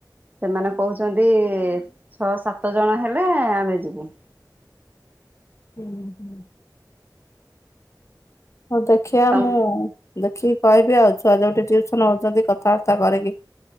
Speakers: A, on the right (about 25°); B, on the left (about 40°).
A: ସେମାନେ କହୁଛନ୍ତି ଛଅ ସାତ ଜଣ ହେଲେ ଆମେ ଯିବୁ।
B: ହୁଁ ହୁଁ <inaudible> ହଉ ଦେଖିବା
A: ତମ
B: ମୁଁ। ଦେଖିକି କହିବି ଆଉ ଛୁଆ ଯୋଉଠି ଉସନ ହଉଛନ୍ତି କଥାବାର୍ତ୍ତା କରିକି